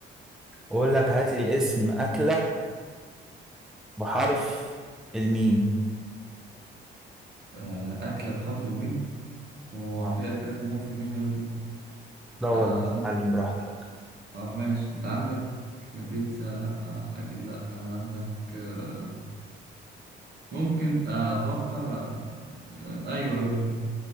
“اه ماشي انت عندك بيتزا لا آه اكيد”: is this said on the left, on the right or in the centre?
Right